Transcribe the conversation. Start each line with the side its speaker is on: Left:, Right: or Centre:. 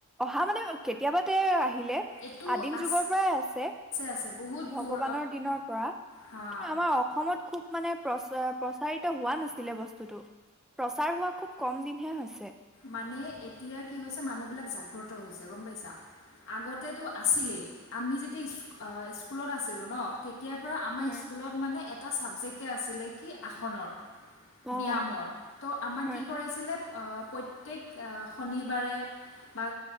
Centre: অহা মানে কেতিয়াবা তে আহিলে
Left: এইটো
Centre: আদিম
Left: আছ
Centre: যুগৰ পৰাই আছে।
Left: আছে বহুত
Centre: ভগৱানৰ
Left: পুৰ
Centre: দিনৰ পৰা কিন্তু
Left: হা
Centre: আমাৰ অসমত খুব। মানে প্ৰচ প্ৰচাৰিত হোৱা নাছিলে বস্তুতটো প্ৰচাৰ হোৱা খুব কম দিনহে হৈছে।
Left: মানে এতিয়া কি হৈছে মানুহ বিলাক জাগ্ৰত হৈছে গম পাইছা আগতেতো আছিলেই আমি যেতিয়া স্কুলত আছিলো ন তেতিয়া তেতিয়াৰ পৰা আমাৰ
Centre: হয়
Left: স্কুলত মানে এ এটা ছাবজেক্টে আছিলে কি আসনৰ।
Centre: অ
Left: ব্যায়ামৰ ত' আমাক
Centre: হয়
Left: কি কৰিছিলে
Centre: হয়
Left: অ। প্ৰত্যেক শনিবাৰে বা